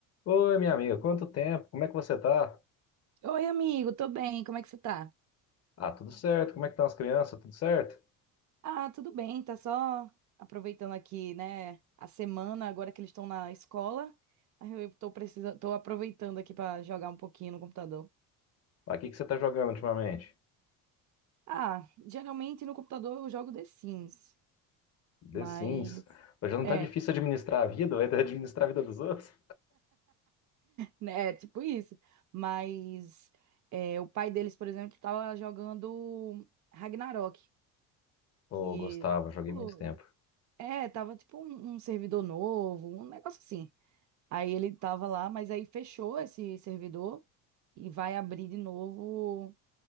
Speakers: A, on the left (about 40°); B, on the right (about 50°).
A: Oi, minha amiga, quanto tempo? Como é que você tá?
B: Oi, amigo, tô bem, como é que você tá?
A: Ah, tudo certo. Como é que estão as crianças? Tudo certo?
B: Ah, tudo bem, tá só aproveitando aqui, né, a semana, agora que eles estão na escola. Aí Eu tô precisando, tô aproveitando aqui pra jogar um pouquinho no computador.
A: Ah, o que que você tá jogando ultimamente?
B: Ah, geralmente no computador eu jogo The Sims,
A: The
B: mas
A: Sims. Hoje não
B: é,
A: tá difícil administrar a vida, vai <laughs> ter que administrar a vida dos outros?
B: né, é tipo isso. Mas é, o pai deles, por exemplo, tava jogando Ragnarok,
A: Ô,
B: que
A: Gustavo,
B: tipo,
A: joguei muito tempo.
B: é, tava tipo um um servidor novo, um negócio assim. Aí ele tava lá, mas aí fechou esse servidor e vai abrir de novo,